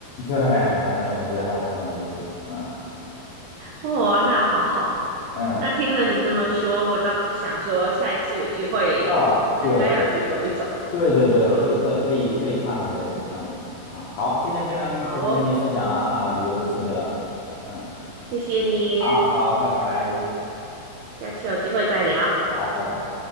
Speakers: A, on the left; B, on the right.
A: 对，反正我觉得还挺有意思的。嗯
B: 哦，那好好，
A: 嗯
B: 那听了你这么说，我倒是想说，下一次有机会真该要去走一走。
A: 啊，对对对对对，
B: 嗯，
A: 可以可可以可以看看这个。嗯啊，好，今天非常开心跟你分享啊啊旅游的心得。
B: 好哦
A: 嗯，
B: 谢谢你，
A: 好好，拜拜，
B: 下次有机会再聊。
A: 好，拜拜。